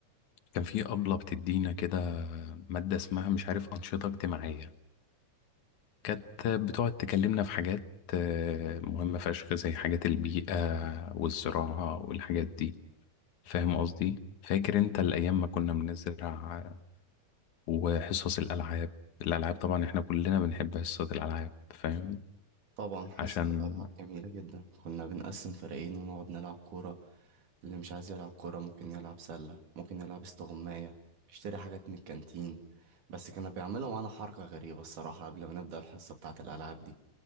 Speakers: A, on the left; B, on the right.
A: كان في أبلة بتدينا كده مادة اسمها مش عارف أنشطة اجتماعية كانت بتقعد تكلمنا في حاجات آه، مهمة فشخ زي حاجات البيئة والزراعة والحاجات دي فاهم قصدي فاكر انت الايام ما كنا بنزرع وحصص الالعاب الالعاب طبعا احنا كلنا بنحب حصص الالعاب فاهم
B: طبعا حصة
A: عشان
B: الألعاب جميلة جدا كنا بنقسم فريقين ونقعد نلعب كورة اللي مش عايز يلعب كورة ممكن يلعب سلة ممكن يلعب استغماية يشتري حاجات من الكانتين بس كانوا بيعملوا معانا حركة غريبة الصراحة قبل ما نبدأ الحصة بتاعة الألعاب دي